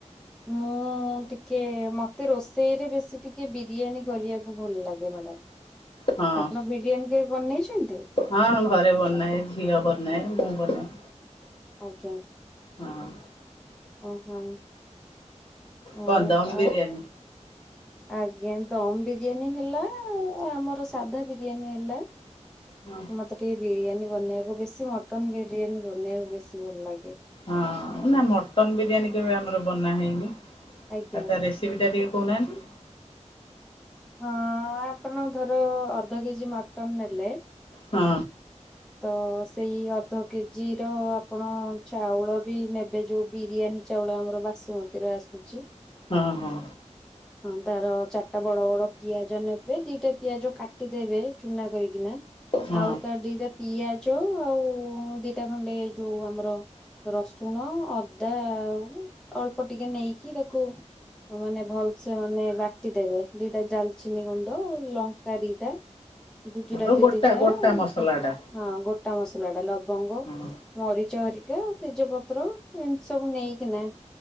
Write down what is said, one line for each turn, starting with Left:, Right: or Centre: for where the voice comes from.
Centre: ହଁ। ମୁଁ ଟିକେ ମତେ ରୋଷେଇରେ ବେଶୀ ଟିକେ ବିରିୟାନୀ କରିବାକୁ ଭଲ ଲାଗେ ମ୍ୟାଡ଼ାମ।
Left: ହଁ
Centre: ଆପଣ ବିରିୟାନୀ କେବେ ବନେଇଛନ୍ତି।
Left: ହଁ ଘରେ ବନାଏ ଝିଅ ବନାଏ ମୁଁ ବନାଏ।
Centre: ଆଜ୍ଞା
Left: ହଁ।
Centre: <inaudible> ହଉ
Left: କନ୍ଦମ
Centre: ଆଉ
Left: ବିରିୟାନୀ
Centre: ଆଜ୍ଞା ଦମ୍ ବି ବିରିୟାନୀ ହେଲା ଆ ଆମର ସାଧା ବିରିୟାନୀ ହେଲା
Left: ହଁ
Centre: ମତେ ମତେ ବିରିୟାନୀ ବନେଇବାକୁ ବେଶୀ ମଟନ ବିରିୟାନୀ ବନେଇବାକୁ ବେଶୀ ଭଲ ଲାଗେ।
Left: ହଁ ନା ମଟନ ବିରିୟାନୀ କେବେ ଆମର ବନା ହେଇନି ଆ
Centre: ଆଜ୍ଞା
Left: ତା ରେ ସୁବିଧା ଦିଏ କହୁନାହାନ୍ତି।
Centre: ହଁ ଆପଣ ଧର ଅଧ କେଜି ମଟନ ନେଲେ।
Left: ହଁ
Centre: ତ ସେଇ ଅଧ କେଜିର ଆପଣ ଚାଉଳ ବି ନେବେ ଯୋଉ ବିରିୟାନୀ ଚାଉଳ ଆମର ବାସୁମତୀର ଆସୁଛି।
Left: ହଁ ହଁ।
Centre: ହଁ ତାର ଚାରିଟା ବଡ ବଡ ପିଆଜ ନେବେ ଦିଟା ପିଆଜ କାଟିଦେବେ ଚୁନା କରିକିନା
Left: ହଁ।
Centre: ଆଉ ତାର ଦିଟା ପିଆଜ ଆଉ ଦିଟା ଖଣ୍ଡେ ଯୋଉ ଆମର ପି ରସୁଣ ଅଦା ଆଉ ଅଳ୍ପ ଟିକେ ନେଇକି ତାକୁ ମାନେ ଭଲସେ ମାନେ ବାଟିଦେବେ ଦିଟା ଡାଲଚିନି ଗୁଣ୍ଡ ଲଙ୍କା ଦିଟା ଗୁଜୁରାତି
Left: ଆଉ ଗୋଟା
Centre: ଦିଟା
Left: ଗୋଟା
Centre: ଏମିତି
Left: ମସଲା ଟା
Centre: ହଁ ଗୋଟା ମସଲାଟା ଲବଙ୍ଗ
Left: ହଁ
Centre: ମରିଚ ହରିକା ତେଜପତ୍ର। ଏମିତି ସବୁ ନେଇକିନା